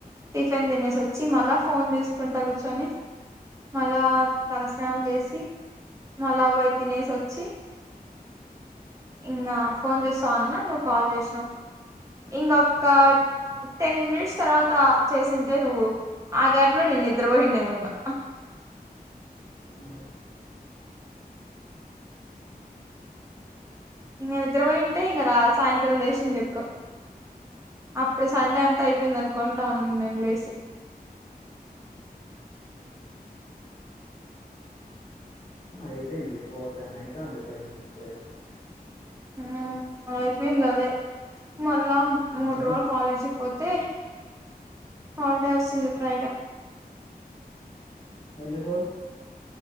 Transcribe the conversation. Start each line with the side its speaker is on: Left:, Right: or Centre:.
Right: టిఫిన్ తినేసి వచ్చి మళ్ళా ఫోన్ చూసుకుంటా కూర్చొని మళ్ళా తలస్నానం చేసి మళ్ళా పోయి తినేసి వచ్ ఛీ ఇంగా ఫోన్ చూస్తా ఉన్న నువ్వు కాల్ చేసినవు ఇంకొక టెన్ మినిట్స్ తర్వాత చేసింటే నువ్వు ఆ గ్యాప్ లో నేను నిద్రపోయి ఉండే ఏమో ఇంగా
Left: ఇంగా
Right: ఇంగా నిద్రపోయింటే ఇంకా రా సాయంత్రం లేచిందు ఇప్పుడో అప్పుడు సండే అంతా అయిపోయింది అనుకుంటా ఉన్న నేను లేసి
Left: అయిపోయింది ఫోర్ టెన్ అయితాంది టైం అప్పుడే
Right: ఉ అయిపోయింది అదే మళ్ళా మూడు
Left: నేను
Right: రోజులు కాలేజీకి పోత్ తే హాలిడే వస్తుంది ఫ్రైడే
Left: ఎందుకు